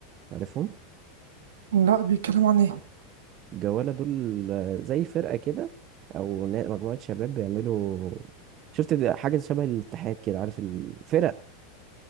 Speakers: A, on the right; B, on the right.
A: عارفهم
B: لا بيتكلموا عن إيه؟
A: الجوالة دول زي فرقة كده او نا- مجموعة شباب بيعملوا شفت ده حاجة شبه الاتحاد كده عارف الفرق